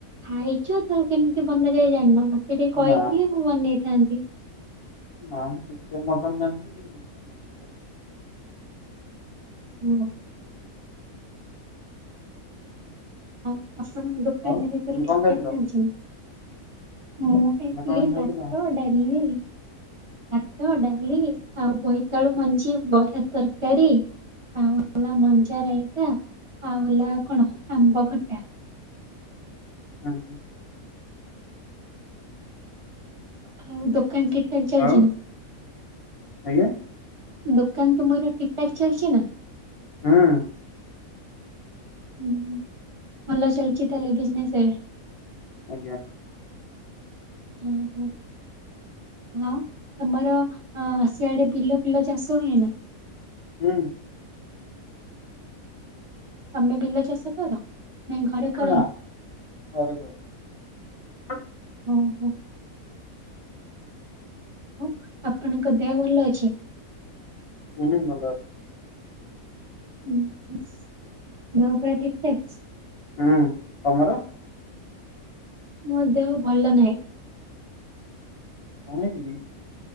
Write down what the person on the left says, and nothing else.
ନା
ନା ମୁଁ ଚିକେନ ମଟନ୍ ଜଣିଛି କିନ୍ତୁ
ଆଉ ତମେ
କଣ ଖାଇଥିଲ?
ତମେ କଣ ଖାଇଥିଲ?
ହୁଁ ହୁଁ।
ଆଉ
ଆଜ୍ଞା।
ହୁଁ।
ଆଜ୍ଞା।
ହୁଁ।
ହଁ ବର <unintelligible> ହ
ହଁ ଭଲ ଅଛି।
ହୁଁ ତମର।
କଣ ହେଇଛିକି?